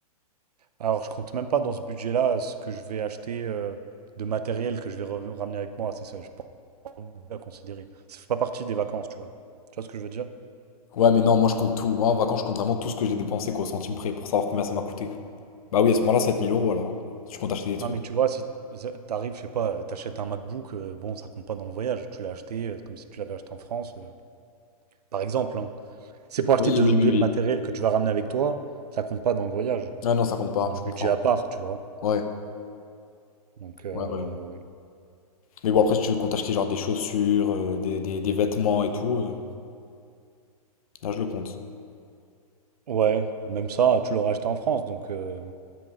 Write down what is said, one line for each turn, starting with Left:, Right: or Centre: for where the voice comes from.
Right: Alors, je compte même pas dans ce budget-là euh, ce que je vais acheter euh, de matériel que je vais re- ramener avec moi. Ça, ça, je pense à considérer. Ça fait pas partie des vacances, tu vois. Tu vois ce que je veux dire?
Left: Ouais, mais non, moi, je compte tout. Moi, en vacances, je compte vraiment tout ce que j'ai dépensé, quoi, au centime près, pour savoir combien ça m'a coûté. Bah oui, à ce moment-là, 7000 euros alors. hein, si tu comptes acheter des trucs.
Right: Non, mais tu vois, si t'arrives, je sais pas, euh, t'achètes un MacBook, euh, bon, ça compte pas dans le voyage. Tu l'as acheté euh, comme si tu l'avais acheté en France, euh, par exemple. hein. C'est pour acheter
Left: Oui,
Right: des
Left: oui,
Right: objets
Left: oui, oui.
Right: matériels que tu vas ramener avec toi, ça compte pas dans le voyage.
Left: Ah non, ça compte pas,
Right: C'est un budget
Left: je comprends.
Right: à part, tu vois.
Left: Ouais,
Right: Donc, euh,
Left: ouais, ouais.
Right: ouais.
Left: Mais bon, après, si tu comptes acheter genre des chaussures, euh, des, des- des vêtements et tout, euh, là, je le compte.
Right: Ouais, même ça, tu l'aurais acheté en France, donc, euh,